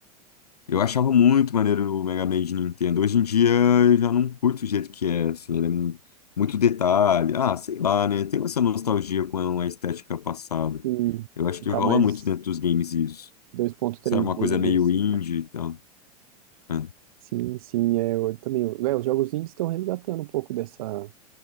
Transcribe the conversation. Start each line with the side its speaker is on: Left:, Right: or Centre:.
Left: eu achava muito maneiro o Mega Man de Nintendo. Hoje em dia eu já não curto o jeito que é, assim, ele é mu- muito detalhe. Ah, sei lá, né? Tem essa nostalgia com a estética passada.
Right: Sim.
Left: Eu acho que
Right: Tá
Left: rola
Right: mais
Left: muito dentro dos games isso.
Right: dois ponto três
Left: Sabe, uma
Right: d
Left: coisa
Right: ali,
Left: meio
Right: assim,
Left: indie
Right: né?
Left: e tal. É.
Right: Sim, sim, é, eu também. eu- é, os jogos indies estão resgatando um pouco dessa,